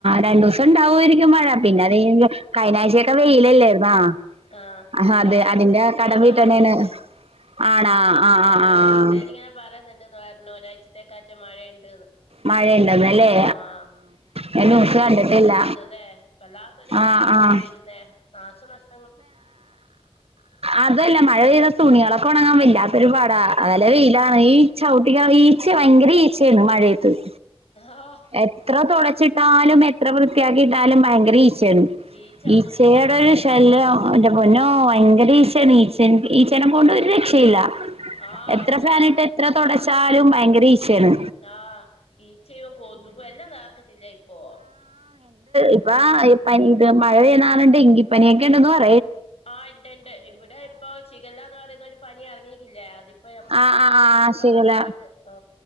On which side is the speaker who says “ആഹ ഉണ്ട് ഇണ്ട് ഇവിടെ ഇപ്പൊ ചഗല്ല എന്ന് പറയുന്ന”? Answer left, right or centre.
Left